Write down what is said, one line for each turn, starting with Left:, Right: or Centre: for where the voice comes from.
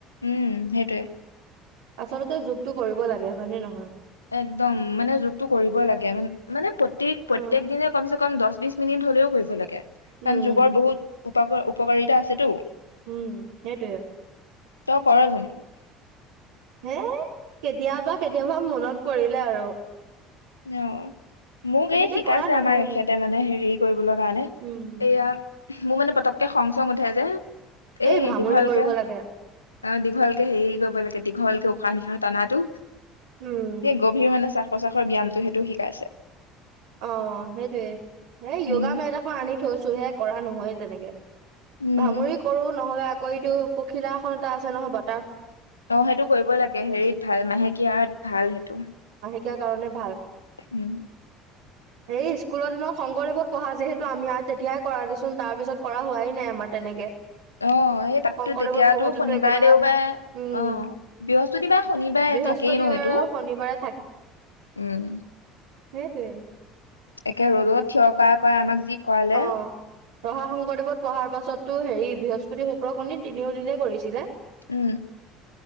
Left: উম সেইটোৱে
Right: আচলতে যুগটো কৰিব লাগে হয়নে নহয়
Left: একদম মানে যুগটো কৰিব লাগে মানে প্ৰ
Right: অ
Left: প্ৰত্যেক দিনে কমচ কম দহ বিশ মিনিট হ'লেও কৰিব লাগে কাৰণ
Right: উম
Left: যুগৰ বহুত উপ উপকাৰিতা আছেতো
Right: উম সেইটোৱে আৰু
Left: তই কৰ জানো
Right: হেই কেতিয়াবা কেতিয়াবা মনত পৰিলে আৰু
Left: আহ মোক
Right: তেনেকে
Left: এই শিকাইছে
Right: কৰা নহয়ে
Left: আমাৰ এখেতে মানে হেৰি কৰিবলৈ কাৰণে
Right: উম
Left: এইয়া মোৰ মানে পটককে খং চং উঠে যে এই
Right: ভামুৰি
Left: দীঘলকে
Right: কৰিব লাগে
Left: অ দীঘলকে হেৰি কৰিব লাগে দীঘলকে উশাহ নিশাহ টানাটো
Right: উম
Left: সেই গভীৰ মানে চা ব্যায়ামটো সেইটো শিকাইছে
Right: অ সেইটোয়ে হেই য়োগা
Left: উম
Right: মেট এখন আনি থৈছো চহে কৰা নহয় যেনেকে
Left: উম
Right: ভামুৰি কৰো নহলে সইটো পখিলা আসন এটা আছে নহয় বাট
Left: অ সেইটো কৰিব লাগে হেৰিত ভাল মাহেকীয়াত ভাল সেইটো
Right: কিয়াৰ কাৰণে ভাল
Left: উম
Right: সেই স্কুলৰ দিনৰ শংকৰদেৱত পঢ়া যিহেতু আমি আৰু তেতিয়াই কৰা দেচোন তাৰ পিছত কৰা হোৱাই নাই আমাৰ তেনেকে
Left: আহ সেই তাততো
Right: শংকৰদেৱত
Left: তেতিয়াতো
Right: পঢ়োতেতো
Left: শনিবাৰে
Right: একেবাৰে
Left: দেওবাৰে
Right: উম
Left: আহ বৃহস্পতিবাৰ শনিবাৰে
Right: বৃহস্পতিবাৰ
Left: থাকেই ন এইটো
Right: আৰু শনিবাৰে
Left: উম
Right: উ উ
Left: একে ৰ'দত থিয় কৰা কৰাই আমাক যি কৰালে
Right: অ ৰহা শংকৰদেৱত পঢ়াৰ পাছত পিছতো হেৰি বৃহস্পতি শুক্ৰ শনি তিনিও দিনে কৰিছিলে
Left: উম